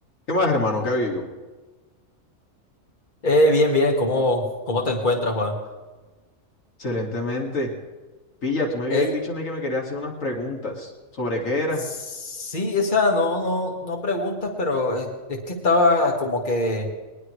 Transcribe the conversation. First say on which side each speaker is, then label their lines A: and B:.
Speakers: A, on the left (about 75°); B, on the left (about 35°).
A: ¿Qué más, hermano? ¿Qué ha habido?
B: Eh, bien, bien, ¿cómo, cómo te encuentras, Juan?
A: Excelentemente. Pilla, tú me habías
B: Ey,
A: dicho a mí que me querías hacer unas preguntas. ¿Sobre qué era?
B: sí, o sea, no, no, no preguntas, pero es, es que estaba como que